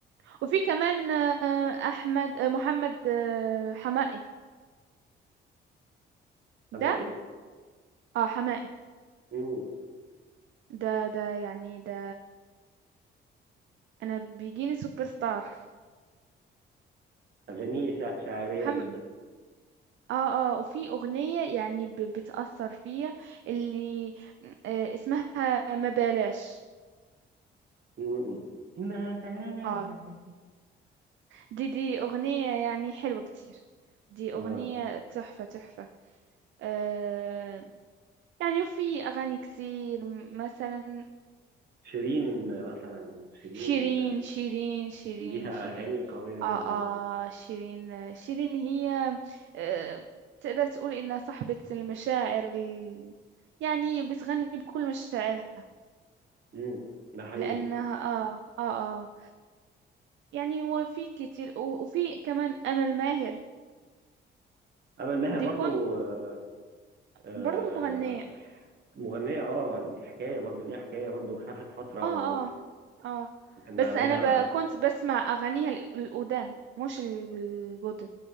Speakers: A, on the right (about 70°); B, on the right (about 55°).
A: وفي كمان آه، احمد آه، محمد آه، حمائي
B: سامعي؟
A: ده اه حمائي
B: م.
A: ده ده يعني ده انا بيجيني سوبر ستار
B: أغانيه شع- شعرية
A: محمد
B: جدا
A: اه اه وفي أغنية يعني ب- بتأثر فيا اللي آه اسمها ما بلاش
B: مم. ما بلاش
A: اه دي دي أغنية يعني حلوة كتير دي أغنية
B: اه
A: تحفة تحفة آه يعني وفي أغاني كتير م- مثلا
B: شيرين مثلا شيرين
A: شيرين شيرين شيرين
B: ليها
A: شيرين
B: اغاني قويه جدا
A: اه اه شيرين آه، شيرين هي آه تقدر تقول انها صاحبة المشاعر ال... يعني بتغني بكل مشاعرها
B: امم ده حقيقي
A: لانها اه اه اه يعني هو في كتير و- وفي كمان امل ماهر
B: امل ماهر برضو
A: دي كون
B: آه، آه،
A: برضه مغنية
B: مغنيه اه يعني حكايه برضو ليها حكايه برضو اختفت فتره
A: اه
B: و-
A: اه اه
B: وكان
A: بس
B: عليها
A: انا ب... كنت بسمع اغانيها ال- القدام مش ال- الجدد